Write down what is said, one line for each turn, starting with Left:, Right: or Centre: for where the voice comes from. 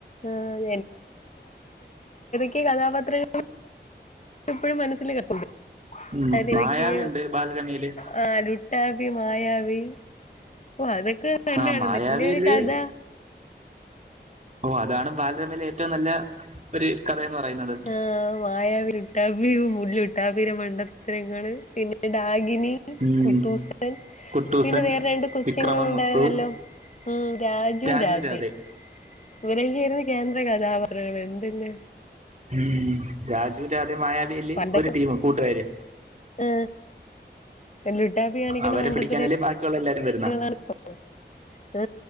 Left: ആഹ് ഈ കഥാപാത്രങ്ങൾ എപ്പോഴും മനസ്സൽ കത്തണ്ട്
Right: ഉം
Left: അത്വക്ക്
Right: മായാവി ഉണ്ട് ബാലരമയില്
Left: ആ ലട്ട ട്ടാവി മായാവി അപ്പൊ അതൊക്കെ തന്നാണ്
Right: ആ മായാവിയില്
Left: നല്ലയൊരു കഥ
Right: ഓ അതാണ് ബാലരമയിലെ ഏറ്റവും നല്ല ഒരു കഥയെന്ന് പറയുന്നത്
Left: ആ മായവി ലുട്ടാപ്പി മണ്ടത്തര പിന്നെ ഡാ ഡകിനി
Right: ഉം
Left: കുട്ടൂസൻ
Right: കുട്ടൂസൻ
Left: പിന്നെ വേറെ രണ്ട് കൊച്ചുങ്ങ
Right: വിക്രമൻ
Left: ഉണ്ടായിരുന്നല്ലോ
Right: മുത്തു
Left: ഉം രാജുവ
Right: രാജുവും
Left: രാധെ
Right: രാധയും
Left: ഇവരെല്ലാം ആയിരുന്നു കേന്ദ്ര കഥാപാത്രങ്ങൾ എന്തില്
Right: ഉ രാജു രാത മായാവി അല്ലേ
Left: പണ്ടൊക്കെ
Right: ഒരു ടീം കൂട്ടുകാര്
Left: ആ ലുട്ടാപ്പി കാണിക്കണ
Right: അവരെ
Left: മണ്ടത്തിന്
Right: പിടിക്കാനല്ലേ ബാക്കിയുള്ള എല്ലാരും വരുന്ന
Left: ഉ